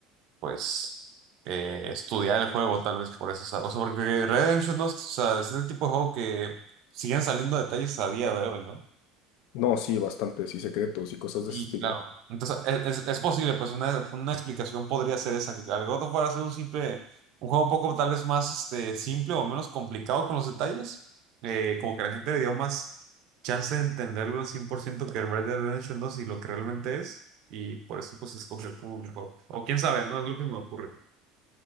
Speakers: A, on the right (about 50°); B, on the left (about 65°).
A: pues, eh, estudiar el juego, tal vez por eso, o sea, o sea, porque Red Dead Redemption dos o sea, es el tipo de juego que siguen saliendo detalles a día de hoy, ¿no?
B: No, sí, bastante. Sí, secretos y cosas
A: Sí,
B: de ese estilo.
A: claro. Entonces, es, es- es posible, pues una, una explicación podría ser esa, que al God of War hacer un simple, un juego un poco tal vez más este, simple o menos complicado con los detalles, eh, como que la gente le dio más chance de entenderlo al 100% que Red Dead Redemption dos y lo que realmente es, y por eso pues escogió como mejor. O quién sabe, no es lo que me ocurre.